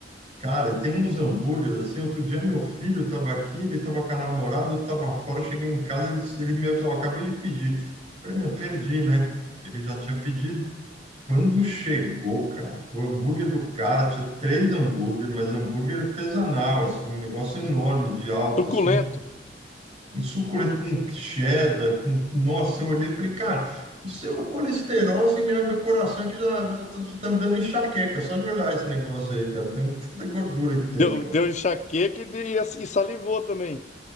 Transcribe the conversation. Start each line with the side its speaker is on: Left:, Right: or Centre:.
Right: Cara, tem uns hambúrgueres assim. Outro dia meu filho estava aqui, ele estava com a namorada, eu estava fora, cheguei em casa, ele, ele me avisou, "Ó, acabei de pedir. Eu falei, eu perdi, né? Ele já tinha pedido. Quando chegou, cara, o hambúrguer do cara tinha três hambúrgueres, mas hambúrguer artesanal, assim, um negócio enorme, de alto,
Left: Suculento.
Right: assim, um suculento com cheddar, com... Nossa, eu olhei e falei, cara, isso é o colesterol, assim, meu, meu coração é que já, já, tá, já tá me dando enxaqueca, só de olhar esse negócio aí, cara, tanta tanta gordura que tem,
Left: Deu,
Right: cara.
Left: deu enxaqueca e, de- e salivou também.